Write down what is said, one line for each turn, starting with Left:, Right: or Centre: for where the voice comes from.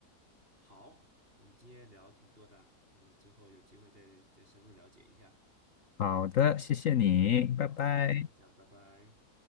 Right: 好，我们今天聊挺多的啊，我们之后有机会再再深入了解一下。
Left: 好的，谢谢你，拜拜。
Right: 好好，就这样，拜拜。